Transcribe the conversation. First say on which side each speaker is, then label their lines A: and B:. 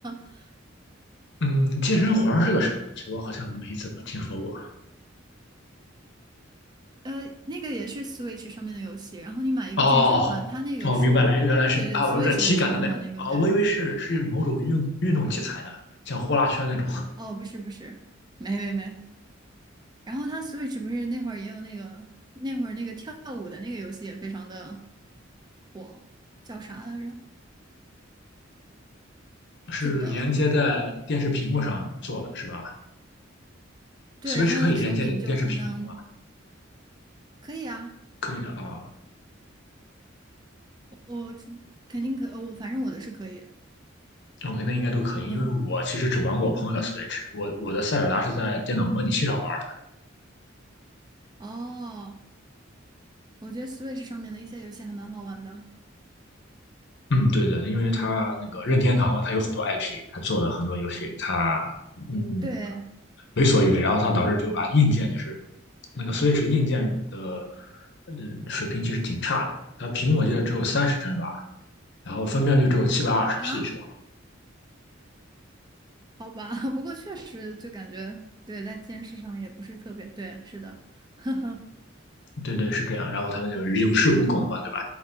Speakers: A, on the right; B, on the left.
A: <laughs>
B: 嗯，健身环儿是个什么东西？我好像没怎么听说过。
A: 呃，那个也是 Switch 上面的游戏，然后你买一个健身环，
B: 哦，
A: 它那个是，
B: 哦，明白了，原来是啊，
A: 对对，Switch
B: 有点体感的那种啊，
A: 的健身环那个，对，
B: 我以为是是某种运运动器材呢，像呼啦圈那种，
A: 哦，不是不是，没没没，然后它 Switch 不是那会儿也有那个那会儿那个跳舞的那个游戏也非常的火，叫啥来着？
B: 是连接在电视屏幕上做的，
A: 记不得了。
B: 是吧
A: 对，
B: ？Switch
A: 然后手柄就充当
B: 可以连接电视屏幕吗？
A: 可以啊，
B: 可以的啊
A: 我肯定可，呃我反正我的是可以，
B: ，OK，那应该都可以，
A: 嗯，
B: 因为我其实只玩过我朋友的 Switch，我我的塞尔达是在电脑模拟器上玩儿。
A: 哦，我觉得 Switch 上面的一些游戏还蛮好玩的，
B: 嗯，对的，因为它那个任天堂嘛，它有很多 IP，它做了很多游戏，它。嗯，
A: 对
B: 为所欲为，然后它导致就把硬件就是那个 Switch 硬件的嗯，水平其实挺差的，它屏幕我记得只有三十帧吧，然后分辨率只有七百二十
A: 啊，
B: P 是吧？
A: 好吧，<laughs> 不过确实就感觉对，在电视上也不是特别对，是的，<laughs>
B: 对对是这样，然后他们就有恃无恐嘛，对吧？